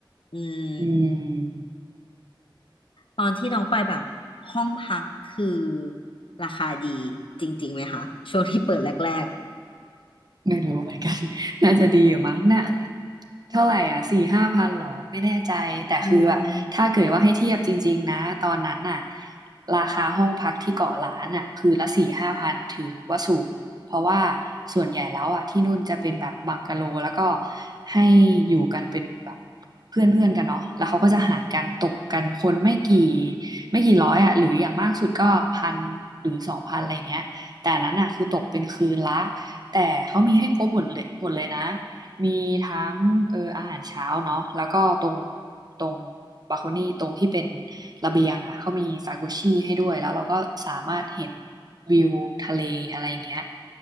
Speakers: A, on the left; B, on the right.
A: อืม
B: อืม
A: ตอนที่น้องไปแบบห้องพักคือราคาดีจริงๆไหมคะช่วงที่เปิดแรก
B: ไม่รู้เหมือนกัน <laughs> น่าจะดีอยู่มั้งน่ะเท่าไหร่อ่ะสี่ห้าพันหรอไม่แน่ใจแต่คือแบบถ้าเกิดว่าให้เทียบจริงๆนะตอนนั้นน่ะ
A: ๆอืม
B: ราคาห้องพักที่เกาะล้านอ่ะคือละสี่ห้าพันอ่ะถือว่าสูงเพราะว่าส่วนใหญ่แล้วอ่ะที่นู่นจะเป็นแบบบังกะโลแล้วก็ให้อยู่กันเป็นแบบเพื่อนเพื่อนกันเนาะแล้วเขาก็จะหารกันตกกันคนไม่กี่ไม่กี่ร้อยอ่ะหรืออย่างมากสุดก็พันหรือสองพันอะไรอย่างเงี้ยแต่อันนั้นอ่ะคือตกเป็นคืนละ แต่เขามีให้ครบหมดเลยหมดเลยนะมีทั้งเอออาหารเช้าเนาะแล้วก็ตรงตรงบาโคนี่ตรงที่เป็นระเบียงอ่ะเขามีซากุชิให้ด้วยแล้วเราก็สามารถเห็นวิวทะเลอะไรอย่างเงี้ย